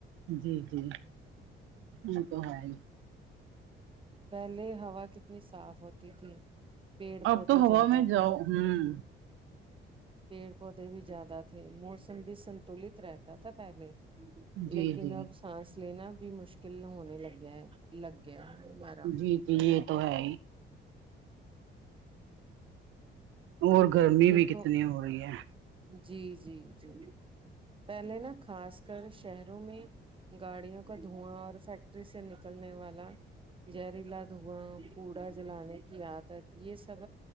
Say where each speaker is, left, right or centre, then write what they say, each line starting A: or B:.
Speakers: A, on the right; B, on the right.
A: جی جی وہ تو ہے ہی
B: پہلے ہوا کتنی صاف ہوتی تھی پیڑ پودے
A: اب تو ہوا
B: زیادہ
A: میں جاؤ
B: تھے
A: ہوں
B: پیڑ پودے بھی زیادہ تھے مو بھی سنتلت رہتا تھا پہلے
A: جی
B: لیکن
A: جی
B: اب سانس لینا بھی مشکل ہونے لگیا ہے لگ گیا ہے ہمارا
A: جی یہ تو ہے ہی اور گرمی
B: دیکھو
A: بھی کتنی ہو رہی ہے
B: جی جی جی پہلے نا خاص کر شہروں میں گاڑیوں کا دھواں اور فیکٹری سے نکلنے والا جہریلا دھواں کوڑا جلانے کی عادت یہ سب